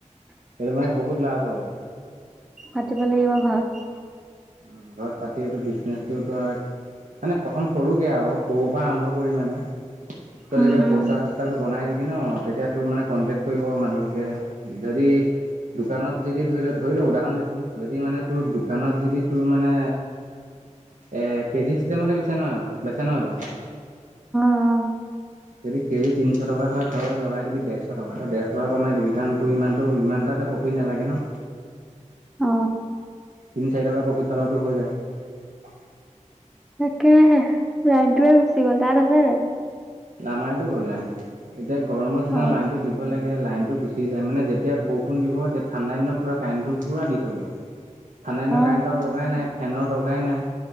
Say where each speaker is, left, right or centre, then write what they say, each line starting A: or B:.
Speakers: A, on the right (about 80°); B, in the centre.
A: সেইটো মানে বহুত লাভ হয়।
B: পাতিব লাগিব ঘৰত।
A: উ ঘৰত পাতি এইটো বিজনেচটোতো আৰু মানে প্ৰথম সৰুকে আৰু। সৰু পৰা আৰম্ভ কৰি মানে তই
B: উম
A: যেতিয়া
B: উম
A: পইচা চইচা কৰি বনাই দিলে। বি ন তেতিয়া তোৰ মানে কণ্টেক্ট কৰিব মানুহবোৰে যদি। দোকানত যদি ধৰি ল ধৰি লও উদাহৰণ দিছো যদি মানে তোৰ দোকানত যদি। তোৰ মানে এ কেজি চিষ্টেম বিছে ন বেচে নহ এইটো
B: অ
A: যদি কেজি তিনিশ টকা হয় তই লগাই দিবি ডেৰশ টকা তই ডেৰশ টকা কমাই দিবি কাৰণ তোৰ ইমানতটো ইমানটা <unintelligible> তে পপিত নালাগে ন।
B: অ
A: তিনি চাৰি টকা প্ৰফিট পালটো হৈ যায়।
B: তাকেহে লাইনটো এ গুছি গ'ল তাত আছে নাই <unintelligible>
A: আমাৰ এইয়াতো গ'ল লাইন এতিয়া গৰমৰ চিজনৰত
B: অ
A: লাইনতটো দিব লাগে লাইন টো গুচি যায় মানে যেতিয়া বৰষুণ দিব যেতিয়া ঠাণ্ডা দিনত পুৰা কাৰেণ্টটো পুৰা দি থ'ব। ঠাণ্ডাদিনত
B: অ
A: কাৰেণ্টৰ দৰকাৰেই নাই ফেনৰ দৰকাৰেই নাই